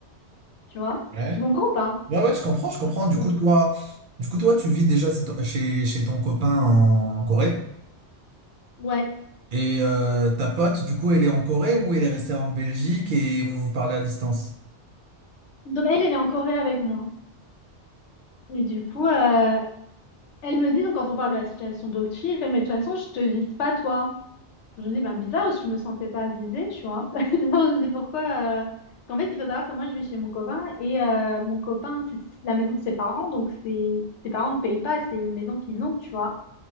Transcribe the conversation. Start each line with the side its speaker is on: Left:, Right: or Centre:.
Left: Tu vois?
Right: Ouais.
Left: Tu comprends ou pas?
Right: Ouais, ouais, je comprends, je comprends. Du
Left: Donc,
Right: coup, toi, du coup, toi, tu vis déjà chez, chez- chez ton copain en Corée.
Left: ouais.
Right: Et euh, ta pote, du coup, elle est en Corée ou elle est restée en Belgique et vous vous parlez à distance?
Left: Donc, elle, elle est en Corée avec moi. Et du coup, euh, elle me dit, donc, quand on parle de la situation d'autres filles, elle fait, mais de toute façon, je te vise pas, toi. Je me dis, ben bizarre, parce que je me sentais pas visée, tu vois. <laughs> Je me dis pourquoi. euh, Parce qu'en fait, il faut savoir que moi, je vis chez mon copain et euh, mon copain, c'est la maison de ses parents, donc c'est ses parents ne payent pas, c'est une maison qu'ils ont, tu vois.